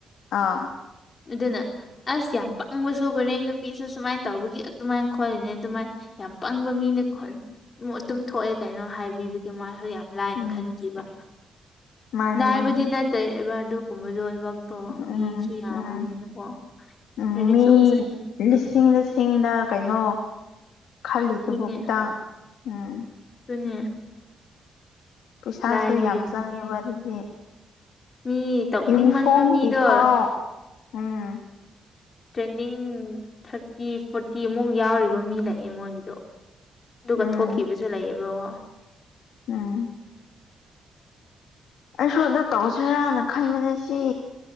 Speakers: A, on the left (about 80°); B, on the left (about 45°).
A: ꯑꯥ
B: ꯑꯗꯨꯅ ꯑꯁ ꯌꯥꯝ ꯄꯪꯕꯁꯨ ꯍꯣꯔꯦꯟ ꯅꯨꯄꯤꯁꯨ ꯁꯨꯃꯥꯏꯅ ꯇꯧꯕꯒꯤ ꯑꯗꯨꯃꯥꯏꯅ ꯈꯣꯂꯤꯅꯦ ꯑꯗꯨꯃꯥꯏ ꯌꯥꯝ ꯄꯪꯕ ꯃꯤꯅꯦ ꯈꯣꯟ ꯑꯗꯨꯝ ꯊꯣꯛꯑꯦ ꯀꯩꯅꯣ ꯍꯥꯏꯕꯤꯕꯒꯤ ꯃꯥꯁꯨ ꯌꯥꯝ ꯂꯥꯏ
A: ꯎꯝ
B: ꯈꯟꯈꯤꯕ
A: ꯃꯥꯅꯦ
B: ꯂꯥꯏꯕꯗꯤ
A: ꯃꯥꯅꯦ
B: ꯅꯠꯇꯦꯕ ꯑꯗꯨꯒꯨꯝꯕꯗꯣ <unintelligible> ꯇꯣ
A: ꯎꯝ
B: ꯃꯤꯁꯨ ꯌꯥꯝꯕꯅꯤꯅꯀꯣ
A: ꯎꯝ ꯎꯝ
B: <unintelligible>
A: ꯃꯤ
B: ꯐꯖꯅ
A: ꯂꯤꯁꯤꯡ ꯂꯤꯁꯤꯡꯗ ꯀꯩꯅꯣ ꯈꯜꯂꯤꯗꯨꯕꯨ
B: ꯑꯗꯨꯅꯦ
A: ꯈꯤꯇꯪ ꯎꯝ
B: ꯑꯗꯨꯅꯦ
A: ꯄꯩꯁꯥꯁꯨ
B: ꯂꯥꯏꯕꯒꯤꯗꯤ
A: ꯌꯥꯝ ꯆꯪꯉꯦꯕ ꯑꯗꯨꯒꯤ
B: ꯃꯤ ꯇꯧꯅꯤꯡꯃꯟꯕ
A: ꯌꯨꯅꯤꯐ꯭ꯔꯣꯝꯒꯤꯐꯥꯎ
B: ꯃꯤꯗꯣ
A: ꯎꯝ
B: ꯇ꯭ꯔꯦꯅꯤꯡ ꯊꯥꯔꯇꯤ ꯐ꯭ꯔꯣꯠ ꯇꯤ ꯑꯃꯨꯛ ꯌꯥꯎꯔꯤꯕ ꯃꯤ ꯂꯩꯑꯦ ꯃꯣꯏꯒꯤꯗꯣ ꯑꯗꯨꯒ
A: ꯎꯝ
B: ꯊꯣꯛꯈꯤꯕꯁꯨ ꯂꯩꯌꯦꯕꯀꯣ
A: ꯎꯝ ꯑꯩꯁꯨ ꯑꯗꯨ ꯇꯧꯁꯤꯔꯥꯅ ꯈꯟꯕꯅꯦ ꯁꯤ